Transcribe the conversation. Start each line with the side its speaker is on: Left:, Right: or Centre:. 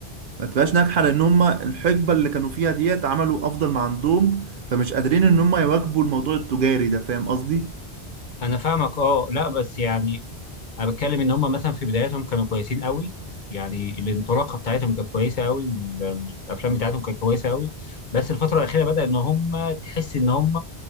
Right: ما بتبقاش ناجحه لان هم الحقبه اللي كانوا فيها ديت عملوا افضل ما عندهم فمش قادرين ان هم يواكبوا الموضوع التجاري ده فاهم قصدي
Left: انا فاهمك اه لا بس يعني انا بتكلم ان هم مثلا في بداياتهم كانوا كويسين قوي يعني الانطلاقه بتاعتهم كانت كويسه قوي والافلام بتاعتهم كانت كويسه قوي بس الفتره الاخيره بدا ان هم تحس ان هم